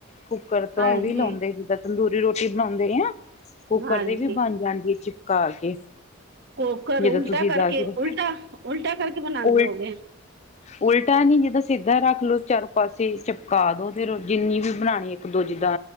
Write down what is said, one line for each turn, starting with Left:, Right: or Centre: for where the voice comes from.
Left: ਕੁੱਕਰ ਤੋਂ
Right: ਹਾਂਜੀ
Left: ਵੀ ਲਾਉਂਦੇ, ਜਿੱਦਾਂ ਤੰਦੂਰੀ ਰੋਟੀ ਬਣਾਉਂਦੇ ਆ। ਕੁੱਕਰ
Right: ਹਾਂਜੀ
Left: ਤੇ ਵੀ ਬਣ ਜਾਂਦੀ ਐ ਚਿਪਕਾ ਕੇ।
Right: ਕੋਕਰ
Left: ਜਿੱਦਾਂ
Right: ਉਲਟਾ
Left: ਤੁਸੀਂ
Right: ਕਰਕੇ
Left: ਦੱਸ ਰਹੇ
Right: ਉਲਟਾ-ਉਲਟਾ, ਕਰਕੇ ਬਣਾਦੇ
Left: ਉਲ
Right: ਔ ਗੇ।
Left: ਉਲਟਾ ਨੀ ਜਿੱਦਾਂ ਸਿੱਧਾ ਰੱਖ ਲੋੋ ਚਾਰੋ ਪਾਸੇ, ਚਿਪਕਾ ਦੋ ਫਿਰ ਜਿੰਨੀ ਵੀ ਬਣਾਣੀ ਇੱਕ ਦੋ ਜਿੱਦਾਂ